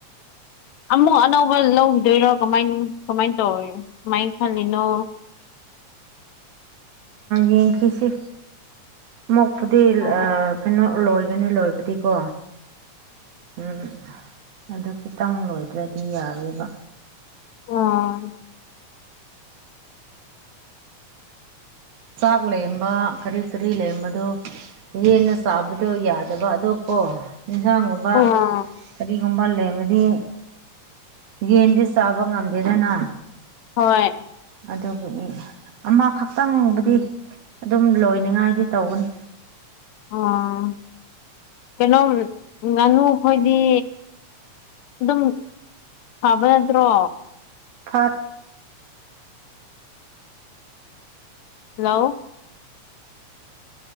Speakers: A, on the left (about 75°); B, on the right (about 65°).
A: ꯑꯃꯨꯛ ꯑꯅꯧꯕ ꯂꯧꯈꯤꯗꯣꯏꯔꯣ ꯀꯃꯥꯏ ꯀꯃꯥꯏꯅ ꯇꯧꯣ ꯀꯃꯥꯏꯅ ꯈꯜꯂꯤꯅꯣ
B: ꯌꯦꯡꯈꯤꯁꯤ ꯃꯣꯛꯄꯨꯗꯤ
A: ꯑꯣ
B: ꯀꯩꯅꯣ ꯑꯣ ꯂꯣꯏꯒꯅꯤ ꯂꯣꯏꯕꯗꯤꯀꯣ ꯎꯝ ꯑꯗꯨ ꯈꯤꯇꯪ ꯂꯣꯏꯗ꯭ꯔꯗꯤ ꯌꯥꯔꯣꯏꯕ
A: ꯑꯥ
B: ꯆꯥꯛ ꯂꯩꯔꯝꯕ ꯀꯔꯤ ꯀꯔꯤ ꯂꯩꯔꯝꯕꯗꯨ ꯌꯦꯟꯅ ꯆꯥꯕꯗꯣ ꯌꯥꯗꯕ ꯑꯗꯣ ꯀꯣ ꯑꯦꯟꯁꯥꯡꯒꯨꯝꯕ
A: ꯑ
B: ꯀꯔꯤꯒꯨꯝꯕ ꯃꯜꯂꯦ ꯑꯃꯗꯤꯗꯤ ꯌꯦꯟꯗꯤ ꯆꯥꯕ ꯉꯝꯗꯦꯗꯅ
A: ꯍꯣꯏ
B: ꯑꯗꯨ ꯑꯃꯈꯛꯇꯪꯕꯨꯗꯤ
A: ꯎꯝ
B: ꯑꯗꯨꯝ ꯂꯣꯏꯅꯤꯡꯉꯥꯏꯗꯤ ꯇꯧꯒꯅꯤ
A: ꯑꯣ ꯀꯩꯅꯣꯝ ꯉꯥꯅꯨꯈꯣꯏꯗꯤ ꯑꯗꯨꯝ ꯐꯕ ꯅꯠꯇ꯭ꯔꯣ
B: ꯐꯔ
A: ꯍꯜꯂꯣ